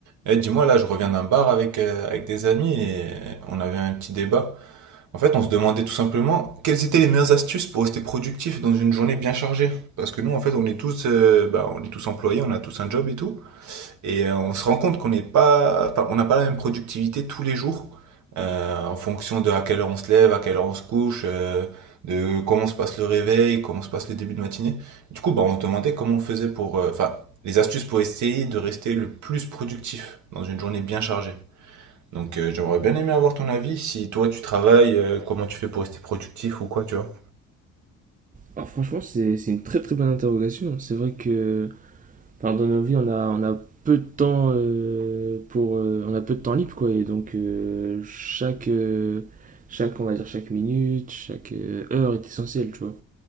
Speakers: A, on the right; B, on the right.
A: Eh, dis-moi, là, je reviens d'un bar avec, euh, avec des amis et on avait un petit débat. En fait, on se demandait tout simplement quelles étaient les meilleures astuces pour rester productif dans une journée bien chargée. Parce que nous, en fait, on est tous, euh, bah, on est tous employés, on a tous un job et tout. Et euh, on se rend compte qu'on n'est pas, enfin, on n'a pas la même productivité tous les jours euh, en fonction de à quelle heure on se lève, à quelle heure on se couche, euh, de comment se passe le réveil, comment se passe les débuts de matinée. Du coup, bah, on se demandait comment on faisait pour, euh, enfin, les astuces pour essayer de rester le plus productif dans une journée bien chargée. Donc, euh, j'aurais bien aimé avoir ton avis. Si toi tu travailles, euh, comment tu fais pour rester productif ou quoi, tu vois?
B: Alors franchement, c'est c'est une très très bonne interrogation. C'est vrai que enfin, dans nos vies, on a, on a peu de temps euh, pour euh, on a peu de temps libre quoi et donc euh, chaque euh, chaque on va dire chaque minute, chaque euh, heure est essentielle, tu vois.